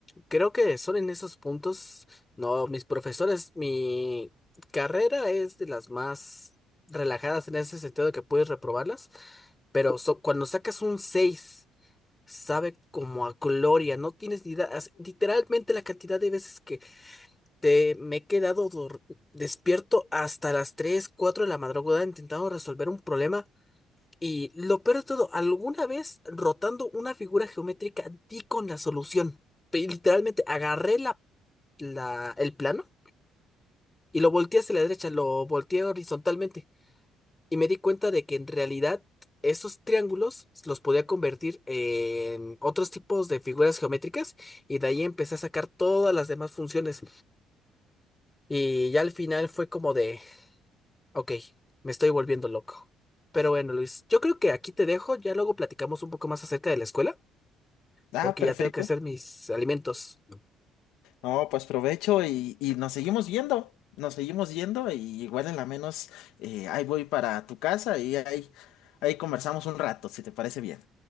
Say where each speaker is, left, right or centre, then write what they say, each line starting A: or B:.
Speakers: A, on the left; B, on the left.
A: Creo que son en esos puntos, no, mis profesores, mi carrera es de las más relajadas en ese sentido de que puedes reprobarlas, Pero so- cuando sacas un 6 sabe como a gloria, no tienes ni idea. as- Literalmente la cantidad de veces que te me he quedado dor- despierto hasta las 3 4 de la madrugada intentando resolver un problema. Y lo peor de todo, alguna vez rotando una figura geométrica di con la solución. Pe- Literalmente agarré la, la, el plano y lo volteé hacia la derecha, lo volteé horizontalmente. Y me di cuenta de que en realidad esos triángulos los podía convertir en otros tipos de figuras geométricas y de ahí empecé a sacar todas las demás funciones. Y ya al final fue como de, ok, me estoy volviendo loco. Pero bueno, Luis, yo creo que aquí te dejo, ya luego platicamos un poco más acerca de la escuela,
B: Ah,
A: porque
B: perfecto.
A: ya tengo que hacer mis alimentos.
B: No, pues provecho y, y nos seguimos viendo. Nos seguimos yendo y igual en la menos eh, ahí voy para tu casa y ahí, ahí conversamos un rato, si te parece bien.